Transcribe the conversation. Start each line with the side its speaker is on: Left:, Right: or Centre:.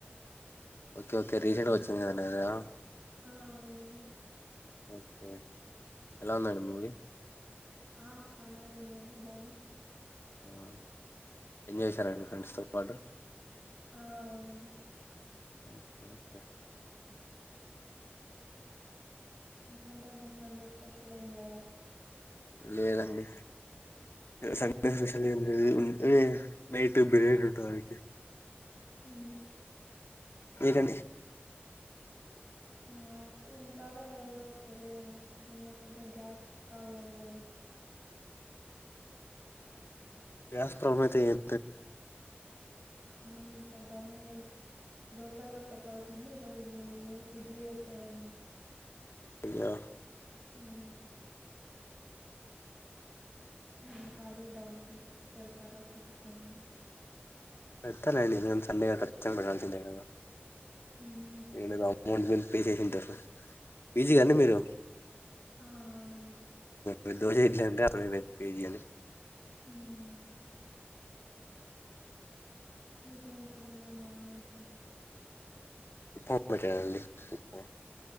Left: ఓకే ఓకే రీసెంట్ గా వచ్చింది కదా ద
Right: ఆ అన్వు
Left: ఓకే ఎలా ఉందండి మూవి
Right: ఆ కామడేగా ఉందండి బాగుంది
Left: ఆ ఎంజాయ్ చేసారండి ఫ్రెండ్స్తో పాటు
Right: ఆ అవునండి
Left: ఓకే ఓకే.
Right: ఇంకేంటండి సండే స్పెషల్ ఏం లేదా
Left: లేదండి సాండే స్పెషల్ ఎంలే <unintelligible> ఏ నైట్ బిర్యానీ ఉండానికీ
Right: హ
Left: నికండి
Right: మాకు ఉంటదా లేదో తెలిదండి ఎందుకంటే గ్యాస్ ప్రాబ్లమ్ వల్ల
Left: గ్యాస్ ప్రబ్లమయితే ఏ
Right: ఉ పెద్దన్న దోశలో పెట్టాల్సింది ఈ రోజు ఇడ్లీ పెట్టాడండి
Left: యా
Right: మ్ నాకు అదే డౌట్ పెడతారా పెట్రో అని
Left: పెట్టాలండి ఎ సండే గాచ్చం పెట్టాల సింద్ సగా
Right: హ
Left: <unintelligible> అమౌంట్ మీరు పే చేసింటారు పజీ కాండి మీరు
Right: ఆ అవునండి
Left: మీర్ దోసే ఇడ్లీ అంటే అర్థమైంద్ పీజీ అని
Right: ఉహ్మ్ నీకేంటండీ ఈ రోజ్ మార్నింగ్ ఫుడ్
Left: పోప్ పెట్టరండి ఉప్మా